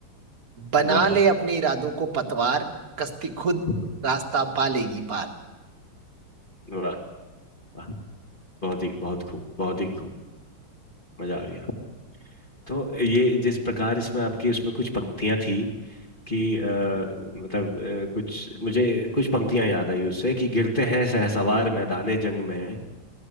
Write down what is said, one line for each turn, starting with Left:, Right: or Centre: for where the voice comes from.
Right: बना
Left: वाह
Right: ले अपने इरादों को पतवार कश्ती खुद
Left: हम्म,
Right: रास्ता पा लेगी पार
Left: वाह वाह बहुत ही बहुत खूब बहुत ही खूब मजा आ गया तो ये जिस प्रकार इसमें आपकी उसमें कुछ पंक्तियां थी कि आ, मतलब अ, कुछ मुझे कुछ पंक्तियां याद आई उससे कि गिरते हैं शहसवार मैदाने जंग में